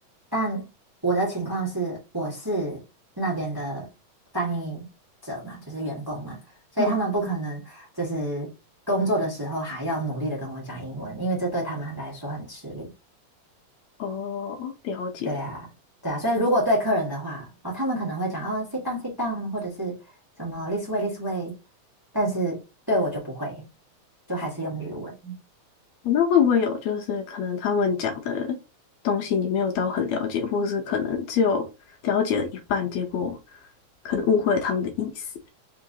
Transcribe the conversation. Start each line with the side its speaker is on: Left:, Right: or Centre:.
Right: 但我的情况是，我是那边的翻译者嘛，就是员工嘛，所以他们不可能就是工作的时候还要努力的跟我讲英文，
Left: 嗯，
Right: 因为这对他们来说很吃力。
Left: 哦，了解。
Right: 对啊，对啊，所以如果对客人的话，哦，他们可能会讲哦，sit down, sit down，或者是什么 this way, this way，但是对我就不会，就还是用日文。
Left: 哦那会不会有就是可能他们讲的东西你没有到很了解，或是可能只有了解了一半，结果可能误会了他们的意思？